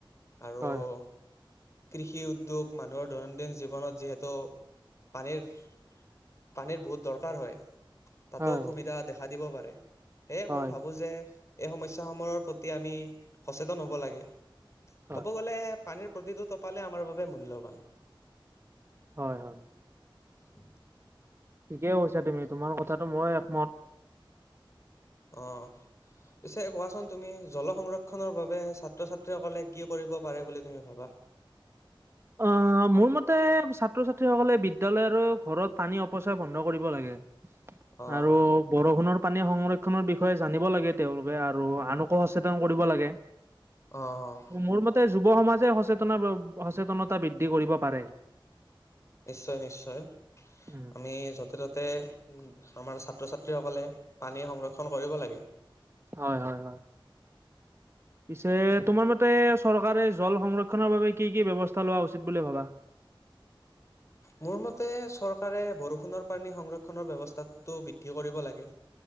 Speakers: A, on the left; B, on the right.
A: আৰু
B: হয়
A: <unintelligible> কৃষি উদ্যোগ মানুহৰ দৈনন্দিন জীৱনত যিহেতু পানীৰ পানীৰ বহুত দৰকাৰ হয় তাতো
B: হয়
A: অসুবিধা দেখা দিব পাৰে সেয়ে
B: হয়
A: মই ভাবো যে এই সমস্যা সমূহৰ প্ৰতি আমি সচেতন হব লাগে
B: হয়
A: ক'ব গলে পানীৰ প্ৰতিটো টুপালে আমাৰ বাবে মূল্যবান
B: হয় হয়
A: <unintelligible> <inaudible>
B: ঠিকেই কৈছা তুমি তোমাৰ কথাটো মই একমত
A: অ পিছে কোৱাচোন তুমি জল সংৰক্ষনৰৰ বাবে ছাত্ৰ ছাত্ৰীসকলে কি কৰিব পাৰে বুলি তুমি ভাবা
B: অ মোৰ মতে ছাত্ৰ ছাত্ৰীসকলে বিদ্যালয় আৰু ঘৰত টানী অপচয় বন্ধ কৰিব লাগে
A: অ'
B: আৰু বৰষুণৰ পানী সংৰক্ষনৰৰ বিষয়ে জানিব লাগে তেওঁলোকে আৰু আনকো সচেতন কৰিব লাগে
A: অ'
B: মোৰ মতে যুৱ সমাজে সচেতন সচেতনতা বৃদ্ধি কৰিব পাৰে
A: নিশ্চয় নিশ্চয়
B: উম,
A: আমি য'তে ত'তে উ আমাৰ ছাত্ৰ ছাত্ৰীসকলে পানী সংৰক্ষণ কৰিব লাগে
B: হয় হয় হয় পিছে তোমাৰ মতে চৰকাৰে জল সংৰক্ষণৰ বাবে কি কি ব্যৱস্থা লোৱা উচিত বুলি ভাবা
A: মোৰ মতে চৰকাৰে বৰষুণৰ পানী সংৰক্ষণৰ ব্যৱস্থাতটো বৃদ্ধি কৰিব লাগে